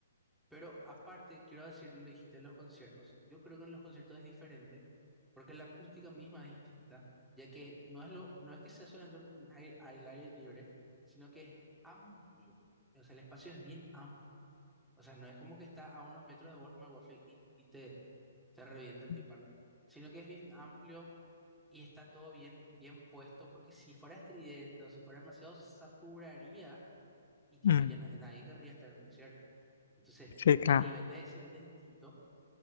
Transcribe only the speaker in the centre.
Pero aparte, quiero decir, lo dijiste en los conciertos, yo creo que en los conciertos es diferente porque la acústica misma es distinta, ya que no es, lo, no es que sea solamente un aire, al aire libre, sino que es amplio, o sea, el espacio es bien amplio o sea, no es como que está a unos metros de vos, nomás el Warframe, y, y te, te revienta el tímpano,
sino que es bien amplio y está todo bien, bien puesto, porque si fuera estridente o si fuera demasiado, saturaría y tipo
ya na- nadie querría estar en el concierto. Entonces,
e-
el nivel de decibel es distinto.